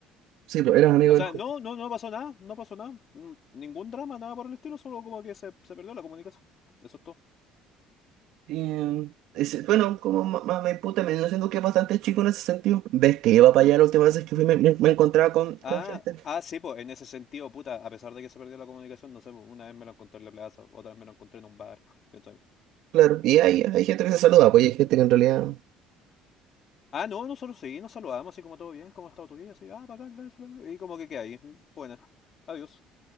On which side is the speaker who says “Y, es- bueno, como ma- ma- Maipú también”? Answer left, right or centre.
Right